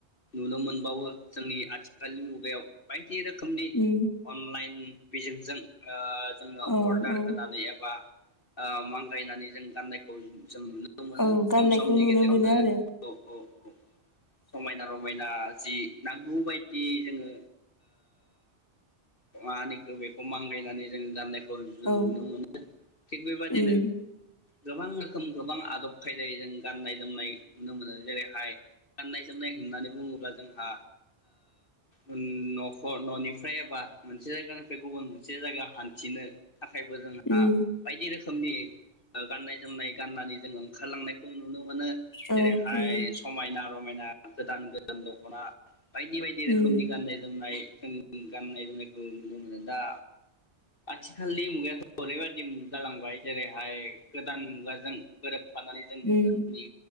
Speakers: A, on the left; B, on the left.
A: नुनो मोनबावो जोंनि आथिखालनि मुगायाव बायदि रोख खोमनि
B: उम
A: अनलाइन बिजोंजों ओ जोंङो
B: औ
A: अर्डार
B: औ
A: होनानै एबा ओ मांगायनानै जों गाननायखौ जों नु नो मोनो
B: औ
A: खम
B: गाननायखौ
A: समनि
B: नुनो
A: गेजेरावनो
B: मोनो आरो
A: <unintelligible> <inaudible> समायना रमाय दा जि नांगौ बायदि जोंङो ओ मा होनो इखौ बेखौ मांगायनानै जों गाननाय खौ जों
B: औ
A: नुनो मोनो थिग बेबादिनो
B: उम
A: गोबां रोखोम गोबां आदब खायदायै जों गाननाय जोमनाय नुनो मोनो जेरैहाय गाननाय जोमनाय होननानै बुंङोब्ला जोंहा ओ न'खर न'निफ्राय एबा मोनसे जायगानिफ्राय गुबुन मोनसे जायगा हान्थिनो थाखायबो जोंहा
B: उम
A: बायदि रोखोमनि गाननाय जोमनाय गाननानै जोंङो ओंखारलांनायखौ नुनो मो मोनो जेरैहाय
B: औ उम
A: समायना रमायना गोदान गोदान दख'ना बायदि बायदि
B: उम
A: रोखोमनि गाननाय जोमनाय जों गाननाय जोमनायखौ नुनो मोनो दा। आथि खालि मुगायाथ' हरैबायादि मुग जालांबाय जेरैहाय गोदान मुगाजों गोरोब फानानै जों
B: उम
A: जोंनि